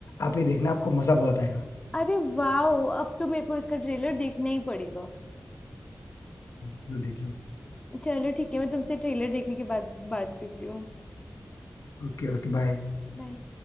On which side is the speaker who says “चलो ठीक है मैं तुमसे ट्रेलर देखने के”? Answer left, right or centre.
Left